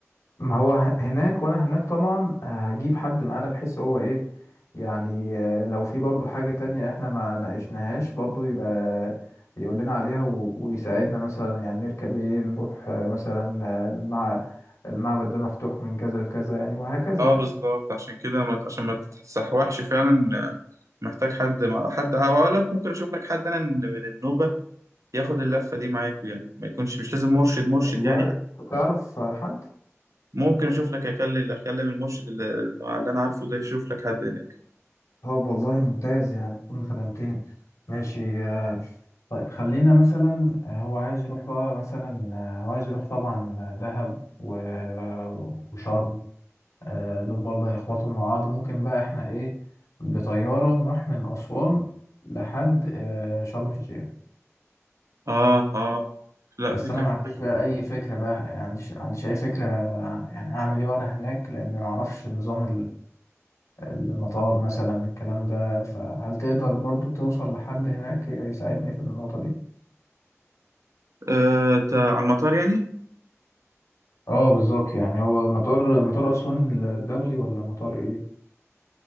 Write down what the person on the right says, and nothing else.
اه
بالظبط عشان كده ما عشان ما تتسحوحش فعلا آه، محتاج حد مع حد او اقول لك ممكن اشوف لك حد انا من من النوبه ياخد اللفه دي معاكوا يعني ما يكونش مش لازم مرشد مرشد
يعني
ممكن اشوف لك اكلم اكلم المرشد اللي اللي انا عارفه ده يشوف لك حد هناك
اه اه لا
فكرة
كويسة
آه تا- على المطار يعني